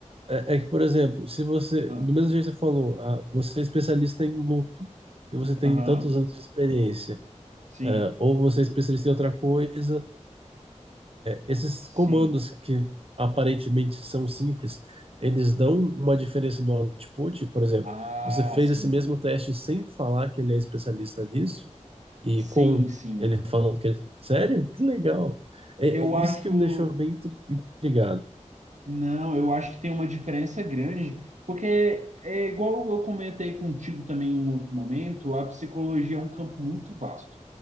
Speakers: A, on the right; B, on the right.
A: É, é que, por exemplo, se você,
B: Ah,
A: do mesmo jeito que você falou, ah, você é especialista em luto e você tem
B: Aham,
A: tantos anos de experiência,
B: sim,
A: ah, ou você é especialista em outra coisa Esses
B: sim.
A: comandos que aparentemente são simples, eles dão uma diferença no output. Por exemplo,
B: Ah,
A: você fez
B: sim,
A: esse mesmo teste sem falar que ele é especialista nisso, e
B: sim,
A: com
B: sim.
A: ele falando que ele. Sério? Que legal! É,
B: Eu
A: é isso
B: acho.
A: que me deixou bem intri- intrigado.
B: Não, eu acho que tem uma diferença grande, porque é igual eu comentei contigo também em um outro momento, a psicologia é um campo muito vasto.